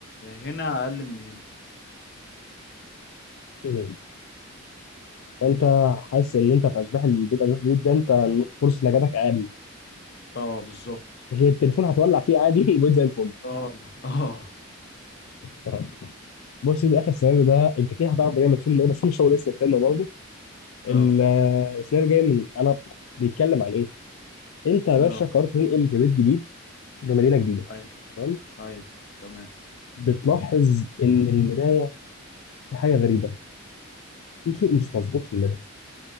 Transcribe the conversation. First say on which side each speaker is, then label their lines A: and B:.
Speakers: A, on the left (about 50°); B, on the left (about 75°).
A: هنا اقل من هنا
B: إيه؟ فانت حاسس ان انت في اشباح البيت اشباح البيوت ده انت فرصه نجاتك اقل
A: اه بالظبط
B: لكن التليفون هتولع فيه عادي <laughs> وبقيت زي الفل
A: اه اه
B: تمام. بص دي اخر سيناريو ده انت كده هتعرف جاي من فيلم ايه بس انا مش هقول اسم الفيلم برضه ال-
A: اه
B: السيناريو جاي من انا بيتكلم عن ايه؟ انت يا باشا
A: اه
B: قررت تنقل في بيت جديد لمدينه جديده
A: ايوه
B: تمام
A: ايوه تمام
B: بتلاحظ ان المرايه في حاجه غريبه
A: امم
B: في شيء مش مظبوط في المرايه